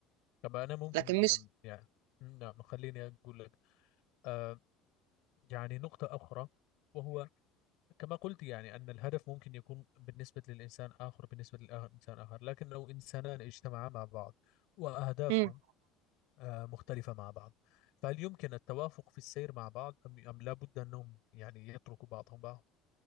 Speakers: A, on the left (about 65°); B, on the right (about 75°).
A: طب أنا ممكن
B: لكن مش
A: أم، يعني نعم خليني أقول لك آه، يعني نقطة أخرى وهو كما قلت يعني أن الهدف ممكن يكون بالنسبة للإنسان آخر بالنسبة للإنسان آخر لكن لو إنسانان اجتمعا مع بعض وأهدافهم
B: مم.
A: آه، مختلفة مع بعض فهل يمكن التوافق في السير مع بعض أم أم لا بد أنهم يعني يتركوا بعضهم بعض